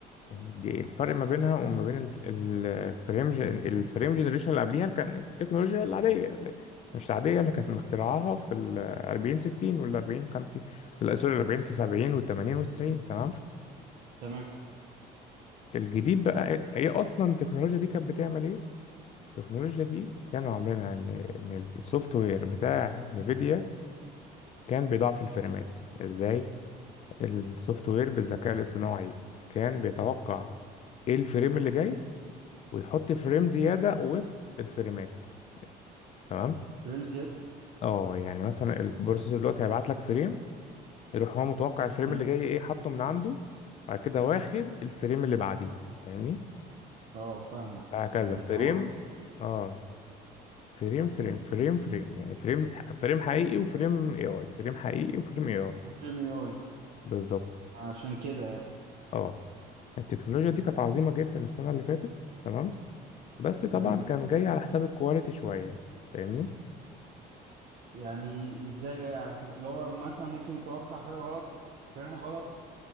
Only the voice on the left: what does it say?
دي الفرق ما بينها وما بين الف- الفريم جن- الفريم جنريشن اللي قبليها اللي كان التكنولوجيا العادية اللي- مش العادية اللي كانت مخترعاها في ال 40 60 وال 40 50 لا سوري ال 40 70 وال 80 وال 90 تمام
الجديد بقى ايه إيه اصلا التكنولوجيا دي كانت بتعمل ايه التكنولوجيا دي كانوا عاملينها ان ان السوفت وير بتاع نيفيديا كان بيضعف الفريمات ازاي السوفت وير بالذكاء الاصطناعي كان بيتوقع ايه الفريم اللي جاي ويحط فريم زيادة وسط الفريمات تمام
اه يعني مثلا البروسيسور دلوقتي هيبعت لك فريم يروح هو متوقع الفريم
اللي جاي ايه حاطه من عنده بعد كده واخد الفريم اللي بعديه فاهمني
هكذا
فريم
اه فريم فريم فريم فريم يعني فريم فريم حقيقي وفريم اي اي فريم حقيقي وفريم اي اي
بالظبط
اه التكنولوجيا دي كانت عظيمة جدا السنة اللي فاتت تمام بس طبعا
مم. كان جاي على حساب الكواليتي شوية فاهمني